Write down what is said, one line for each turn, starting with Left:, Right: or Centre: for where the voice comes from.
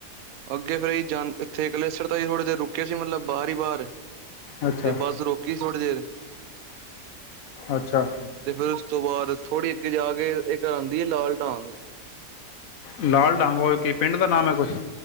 Right: ਅੱਗੇ ਫੇਰ ਈ ਜਾਣ, ਇੱਥੇ ਕਲੇਸਰ ਤਾਈਂ ਥੋੜੀ ਦੇਰ ਰੁਕੇ ਸੀ ਮਤਲਬ, ਬਾਰ ਈ ਬਾਰ
Left: ਅੱਛਾ
Right: ਤੇ ਬਸ ਰੋਕੀ ਥੋੜੀ ਦੇਰ।
Left: ਅੱਛਾ
Right: ਤੇ ਫੇਰ ਉਸ ਤੋਂ ਬਾਅਦ ਥੋੜ੍ਹੀ ਅੱਗੇ ਜਾ ਕੇ, ਇੱਕ ਆਂਦੀ ਏ ਲਾਲ ਢਾਂਗ
Left: ਲਾਲ ਡਾਂਗ ਓ ਏ ਕੀ ਪਿੰਡ ਦਾ ਨਾਮ ਐ ਕੋਈ?